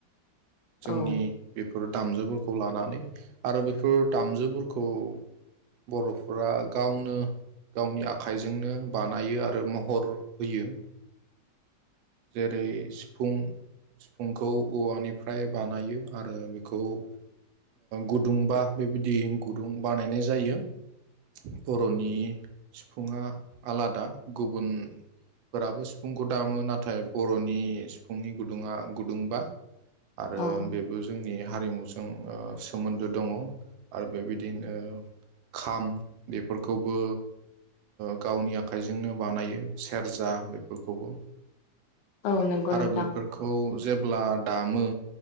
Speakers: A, on the right; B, on the left.
A: जोंनि
B: औ
A: बे फोर दामजुफोरखौ लानानै आरो बेफोर दामजुफोरखौ बर'फोरा गावनो गावनि आखाइजोंनो बानायो आरो महर होयो जेरै सिफुं सिफुंखौ औवानिफ्राय बानायो आरो बेखौ ओ गुदुंबा बेबायदि गुदुं बानायनाय जायो बर'नि सिफुङा आलादा गुबुनफोराबो सिफुंखौ दामो नाथाय बर'नि सिफुंनि गुदुङा गुदुंबा आरो
B: औ
A: बेबो जोंनि हारिमुस जों सोमोन्दो दङ आरो बेबायदिनो खाम बेफोरखौबो गावनि आखाइजोंनो बानायो सेरजा बेफोरखौबो
B: औ नंगौ
A: आरो
B: नोंथां
A: बेफोरखौ जेब्ला दामो